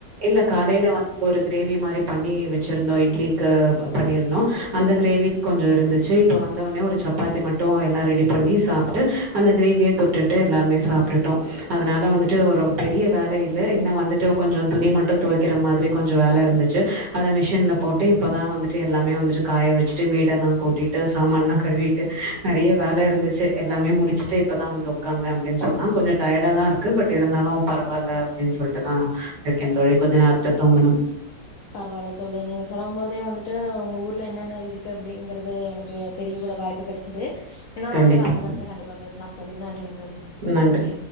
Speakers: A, on the right; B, on the left.
A: இல்ல காலைல வ ஒரு கிரேவி மாரி பண்ணி வெச்சிருந்தோ இட்லிக்கு அ பண்ணிருந்தோ அந்த கிரேவி கொஞ்சோ இருந்துச்சு இப்ப வந்தவுடனே ஒரு சப்பாத்தி மட்டு எல்லா ரெடி பண்ணி சாப்ட்டு அந்த கிரேவியே தொ ட்டுட்டு எல்லாருமே சாப்ட்டுட்டோ அதனால வந்துட்டு ஒரு ரொம் பெரிய வேல இல்ல என்ன வந்துட்டு கொஞ்சோ துணி மட்டு தொவைக்கிற மாதிரி கொஞ்சோ வேல இருந்துச்சு அத மிஷின்ல போட்டு இப்பதா வந்துட்டு எல்லாமே வந்துட்டு காய வச்சுட்டு வீடெல்லா கூட்டிட்டு சாமான்லா கழுவிட்டு நறையா வேல இருந்துச்சு எல்லாமே முடிச்சுட்டு இப்பதா வந்து உக்காந்தே அப்டின்னு சொல்லலா கொஞ்சோ டயடா தா இருக்கு பட் இருந்தாலு பரவாயில்ல அப்டின்னு சொல்லிட்டுதா இருக்கே தோழி கொஞ்ச நேர்த்த தூங்கணு
B: பரவாயில்ல தோழி நீங்க சொல்லும் போதே வந்துட்டு உங்க ஊர்ல என்னென்ன இருக்கு அப்டிங்கறது எனக்கு தெரிய கூட வாய்பு கெடைச்சது இன்னாரு
A: கண்டிப்பா
B: வாட்டி வாய்பு கெடைச்சா கன்டிப்பா பேசலாம் தோழி நன்றிங் தோழி
A: நன்றி